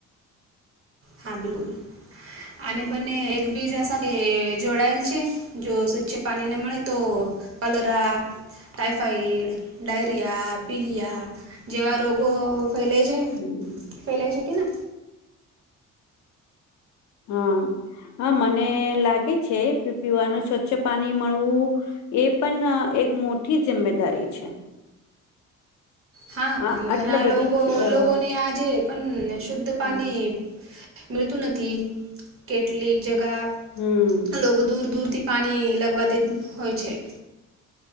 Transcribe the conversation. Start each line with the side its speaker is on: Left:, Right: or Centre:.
Right: હા બિલકુલ. અને બંને એક બીજા સાથે જોડાયેલ છે, જો સ્વચ્છ પાણી ને મળે તો પલરા, ટાયફાયડ, ડાયરિયા, પિલિયા, જેવા રોગો ફેલાય જાય
Left: હમ
Right: ફેલાય શકે ને
Left: હા હા મને લાગે છે. પીવાનું સ્વચ્છ પાણી મળવું એ પણ એક મોટી જિમ્મેદારી છે.
Right: હા
Left: આ
Right: ઘણા
Left: આટલા બધી જ અ
Right: લોકોને આજે પણ શુદ્ધ પાણી
Left: હમ
Right: મળતું નથી કેટલીક જગા
Left: હમ્મ.
Right: લોકો દૂર દૂરથી પાણી લગવા હોય છે.